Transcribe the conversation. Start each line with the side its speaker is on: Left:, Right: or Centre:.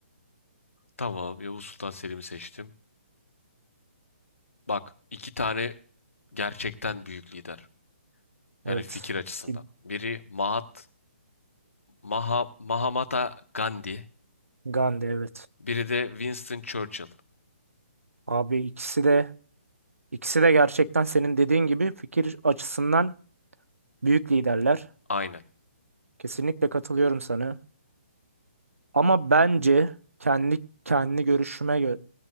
Left: Tamam, Yavuz Sultan Selim'i seçtim. Bak, iki tane gerçekten büyük lider.
Right: Evet.
Left: Yani fikir açısından.
Right: Kim?
Left: Biri Mahat, Maha, Mahatma Gandhi.
Right: Gandhi evet.
Left: Biri de Winston Churchill.
Right: Abi ikisi de ikisi de gerçekten senin dediğin gibi fikir açısından büyük liderler.
Left: Aynen.
Right: Kesinlikle katılıyorum sana. Ama bence kendi kendi görüşüme gö-